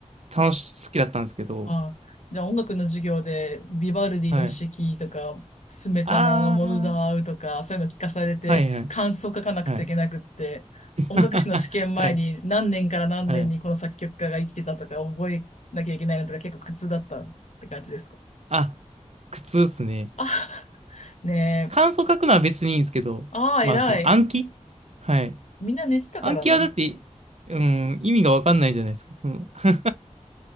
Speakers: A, on the right; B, on the left.
A: 楽し、好きだったんですけど、
B: あ、ああ、じゃあ音楽の授業でビバルディの四季とか、
A: はい。
B: スメタナのモルダーウとか、
A: あー、
B: そういうの聞かされて感想書かなくちゃいけなくって、
A: はいはい、はい。<laughs>
B: 音楽史の試験前に何年から何年にこの作曲家が生きてたとか覚えなきゃいけないのとか結構苦痛だったって感じですか
A: はい、はい。あ、苦痛っすね。
B: あ、<laughs> ねえ。
A: 感想書くのは別にいいんですけど、
B: ああ、
A: まあその暗記はい。
B: 偉い。みんな寝てたからな。
A: 暗記はだって、うん、意味がわかんないじゃないですか。その <laughs>